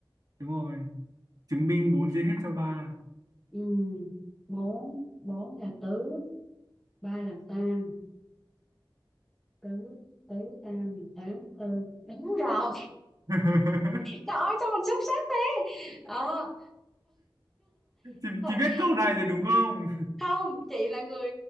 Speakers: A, on the right (about 45°); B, in the centre.
A: đúng rồi chứng minh 4 chia hết cho ba
B: ừ, bốn, bốn là tứ, ba là tam, tứ, tứ tam là tám, tư. Đúng rồi.
A: <laughs>
B: Trời ơi sao mình xuất sắc thế đó
A: chị, chị biết
B: <laughs>
A: câu này rồi đúng không
B: không chị là người